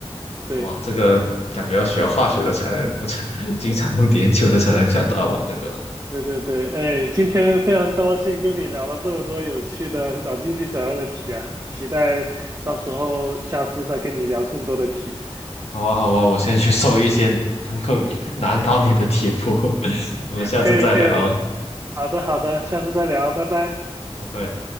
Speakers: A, on the right; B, on the left.
A: 对，
B: 哇，这个感觉要学化学的才能，或者 <laughs> 经常用碘酒的才能想到吧？这个，
A: 对对对，哎，今天非常高兴跟你聊了这么多有趣的脑筋急转弯的题啊，期待到时候下次再跟你聊更多的题。
B: 好啊，好啊，我先去搜一些能够 <laughs> 难倒你的题目，<laughs> 我们下次再聊哦，
A: 可以可以，好的好的，下次再聊，拜拜。
B: 拜拜。